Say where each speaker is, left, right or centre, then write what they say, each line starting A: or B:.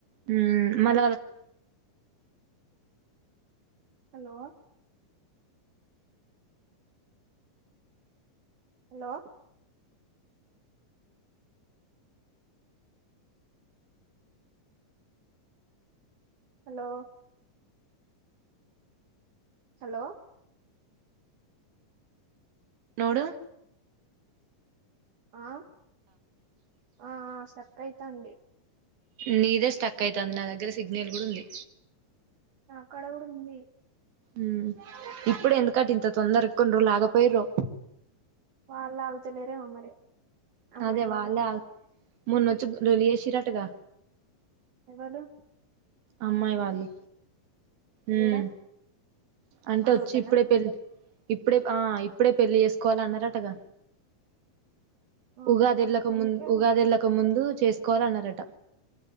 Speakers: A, on the right; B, on the right.
A: ఉమ్ మళ్ళ వాళ్ళ
B: హలో హలో హలో హలో
A: నోడు
B: ఆ ఆ స్ట్రక్ అయితాంది.
A: నీదే స్టక్ అవుతది నా దగ్గర సిగ్నల్ కూడా ఉంది.
B: నాకాడ కూడా ఉంది.
A: ఉమ్ ఇప్పుడే ఎందుకట ఇంత తొందరగా కొన్ని రోజులు ఆగ పోయ్ర.
B: వాళ్లు ఆగుతలేరేమో మరి. అమ్మాయి
A: అదే
B: వాళ్ళు
A: వాళ్లే ఆగు మొన్నొచ్చి లొల్లి చేసిరటగా.
B: ఎవలు
A: అమ్మాయి వాళ్ళు ఉమ్
B: ఈడ
A: అంటే
B: మన
A: వచ్చి
B: ఊర్లోనా
A: ఇప్పుడే పెళ్లి. ఇప్పుడే ఆ ఇప్పుడే పెళ్లి చేసుకోవాలి అన్నారటగా.
B: ఆహా
A: ఉగాది ఎల్లాక
B: అందుకే
A: ముందు ఉగాది ఎల్లక ముందు. చేసుకోవాలన్నారట.